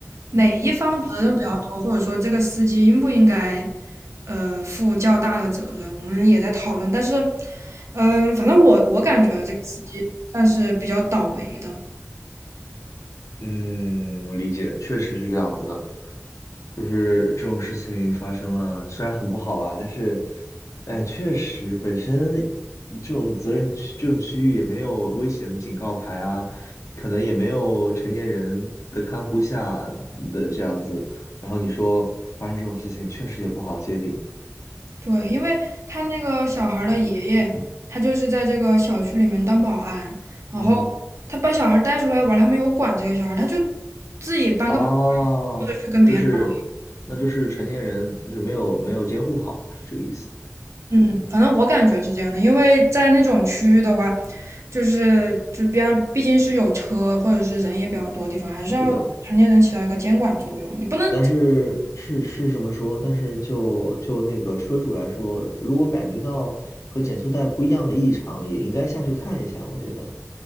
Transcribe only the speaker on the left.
嗯
嗯，我理解，确实是这样子的，就是这种事情发生了，虽然很不好吧，但是，哎，确实本身这种责任区这种区域也没有危险的警告牌啊，可能也没有成年人的看护下的这样子，然后你说发生这种事情，确实也不好界定。
嗯。嗯
嗯
哦，
就是，那就是成年人就是没有没有监护好，是这个意思。
是的，
但是是是这么说，但是就就那个车主来说，如果感觉到和减速带不一样的异常，也应该下去看一下，我觉得。